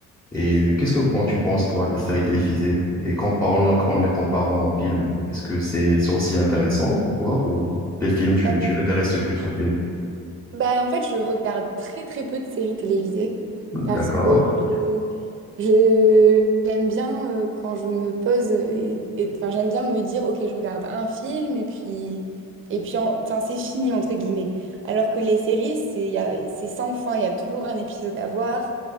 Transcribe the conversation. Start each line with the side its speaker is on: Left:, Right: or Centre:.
Centre: Et euh, qu'est-ce que quand tu penses, toi, des séries télévisées et comparant, en les comparant aux films, est-ce que c'est c'est aussi intéressant pour toi ou les films, tu,
Right: Euh,
Centre: tu intéresses plus aux films?
Right: bah, en fait, je regarde très très peu de séries télévisées
Centre: <laughs>
Right: parce
Centre: D'accord,
Right: que euh, je j'aime bien euh, quand je me pose euh, et, et- enfin j'aime bien me dire ok je regarde un film et puis et puis en- enfin c'est fini entre guillemets alors que les séries c'est il y a- c'est sans fin il y a toujours un épisode à voir